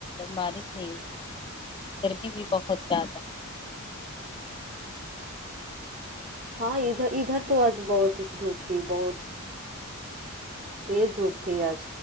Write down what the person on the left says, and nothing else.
بارش نہیں گرمی بھی بہت زیادہ